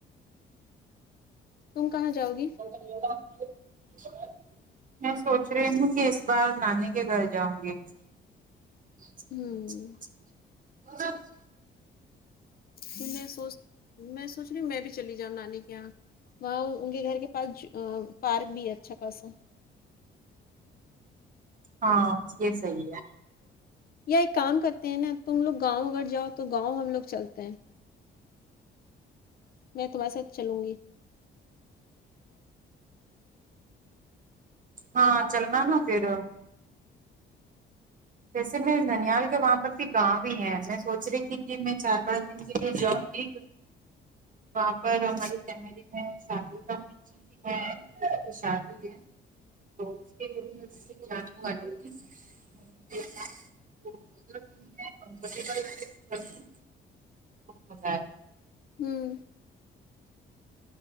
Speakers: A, on the left; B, on the right.
A: تم کہاں جاؤ گی
B: <unintelligible> میں سوچ رہی ہوں کی اس بار نانی کے گھر جاؤں گی ا
A: ہوں
B: <inaudible>
A: تو میں سوچ میں سوچ رہی میں بھی چلی جاؤں نانی کے یہاں وہاں ان کے گھر کے پاس پارک بھی ہے اچھا خاصا
B: ہاں یے صحیح ہے
A: یا ایک کام کرتے ہیں نا تم لوگ گاوں اگر جاو تو گاوں ہم لوگ چلتے ہیں میں تمہارے ساتھ چلوں گی
B: ہاں چلنا نا پھر جیسے میں ننیال کے وہاں پر بھی گاوں ہی ہے میں سوچ رہی تھی کہ میں چار پانچ دن کے لیے جاوں گی وہاں پر ہماری فملی میں شادی کا کچھ شادی ہے تو اس کے لیے میں جانے والی تھی <unintelligible> ہو جائے گا
A: ہمم